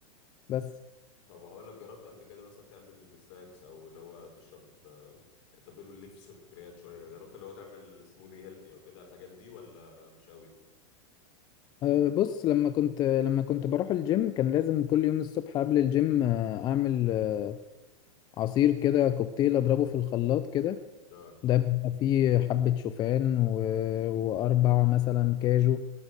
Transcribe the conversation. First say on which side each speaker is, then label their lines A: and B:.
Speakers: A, on the left; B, on the left.
A: بس
B: طب وهقول لك جربت قبل كده مثلا تعمل سناكس او اللي هو تشرب آه، انت بتقول ليك في السكريات شويه جربت اللي هو تعمل سموذي هيلثي او كده الحاجات دي ولا مش قوي
A: آه بص لما كنت لما كنت بروح الجيم كان لازم كل يوم الصبح قبل الجيم آه اعمل آه، عصير كده كوكتيل اضربه في الخلاط كده
B: اه
A: ده بيبقى فيه حبة شوفان و... وأربع مثلا كاجو